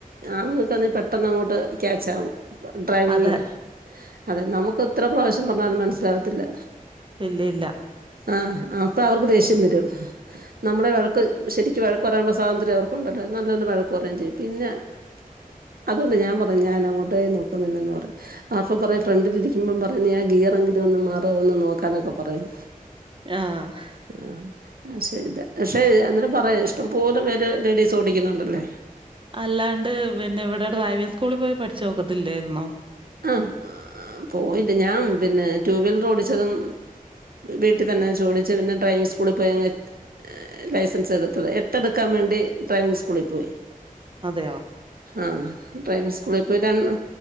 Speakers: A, on the right; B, on the right.
A: ആണുങ്ങക്കാന്നേ പെട്ടെന്ന് അങ്ങോട്ട് ക്യാച്ച് ആകും ഡ്രൈവിംങ്ങേ
B: അതെ
A: അതെ നമുക്ക് എത്ര പ്രാവശ്യം പറഞ്ഞാലും മനസ്സിലാവത്തില്ല
B: ഇല്ല ഇല്ല
A: ആഹ് അപ്പം അവർക്ക് ദേഷ്യം വരും നമ്മളെ വഴക്ക് ശരിക്കും വഴക്ക് പറയാനുള്ള സ്വാതന്ത്ര്യം അവർക്കുണ്ടല്ലോ നല്ലപോലെ വഴക്ക് പറയുകയും ചെയ്യും പിന്നെ ആ <inaudible> അതുകൊണ്ട് ഞാൻ പറയും ഞാനങ്ങോട്ടേ നോക്കുന്നില്ലന്ന് പറേം അപ്പ പറേം ഫ്രണ്ടിലിരിക്കുമ്പം പറയുന്ന ഞാ ഗിയറെങ്കിലും ഒന്ന് മാറ് അതൊന്ന് നോക്കാനൊക്കെ പറേം
B: ആഹ്
A: ആഹ് അഹ് ശരി പക്ഷെ അന്നേരം പറയാം ഇഷ്ടം പോലെ പേര് ലേഡീസ് ഓടിക്കുന്നുണ്ടല്ലേ
B: അല്ലാണ്ട് പിന്നെ ഇവിടെ ഡ്രൈവിങ് സ്കൂളിൽ പോയി പഠിച്ച് നോക്കത്തില്ലായിരുന്നോ
A: ആഹ് പോയില്ല ഞാൻ പിന്നെ ടൂ വീലർ ഓടിച്ചതും വീട്ടിൽ തന്നെ വെച്ചോടിച്ച് പിന്നെ ഡ്രൈവിങ് സ്കൂളിൽ പോയങ്‌ ഏഹ് ലൈസൻസ് എടുത്തത് എട്ടെടുക്കാൻ വേണ്ടി ഡ്രൈവിംങ് സ്കൂളിൽ പോയി
B: അതെയോ
A: ആഹ് ഡ്രൈവിംങ് സ്കൂളി പോയി രണ്ട്